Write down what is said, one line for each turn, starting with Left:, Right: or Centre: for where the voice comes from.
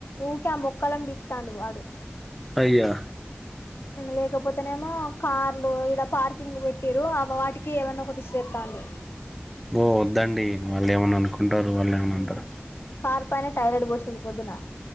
Left: ఊక మొక్కలం బికుతాండు వాడు
Centre: అయ్యా
Left: లేకపోతేనేమో కార్లు ఇడ పార్కింగ్ పెట్టిరు అ వాటికి ఏమన్నా ఒకటి చెప్పండి
Centre: ఓ ఒద్దండి వాళ్ళు ఏమన్నా అనుకుంటారు వాళ్ళు ఏమన్నా
Left: హ్మ్
Centre: అంటారు
Left: కార్ పైన టాయిలెట్ పోసింది పొద్దున